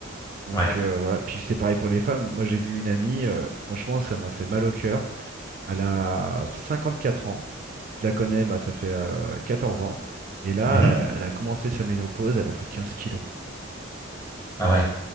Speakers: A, on the right; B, on the left.
A: Donc
B: Ouais.
A: euh, voilà. Puis c'est pareil pour les femmes. Moi, j'ai vu une amie. euh, franchement, ça m'a fait mal au cœur. Elle a 54 ans. Je la connais, bah, ça fait euh, 14 ans. Et là,
B: Mmh
A: elle a commencé sa ménopause, elle a pris 15 kilos.
B: Ah ouais.